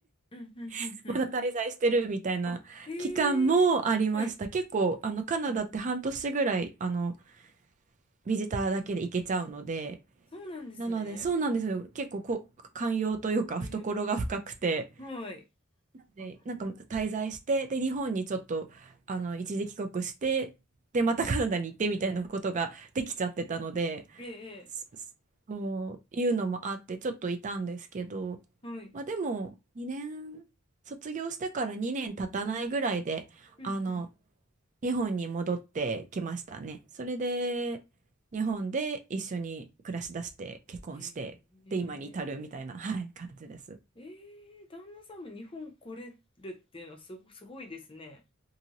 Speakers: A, on the left (about 25°); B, on the right (about 35°).
A: うんうんうんうん。
B: <laughs> まだ滞在してるみたいな期間もありました。
A: あ、へえー。はい。
B: 結構、
A: あ、
B: あの、カナダって半年ぐらい、
A: うんうん。
B: あの、ビジターだけで行けちゃうので、
A: そうなんですね。
B: なので、そうなんですよ。結構こう、寛容というか、
A: はいよ。
B: 懐が深くて、
A: はい。
B: で、
A: あ、
B: なんか滞在して、で、日本にちょっと、あの、一時帰国して、で、またカナダに行ってみたいなことができちゃってたので、
A: ええ、え
B: すそういうのもあって、ちょっといたんですけど、
A: えはい。
B: まあ、でも、2年、卒業してから2年経たないぐらいで、
A: うんうん
B: あの、日本に戻ってきましたね。それで、日本で一緒に暮らしだして、結婚して、
A: えー、
B: で、今に至るみたいな、はい、感じです。
A: えー、旦那さんも日本来れるっていうのはすご、すごいですね。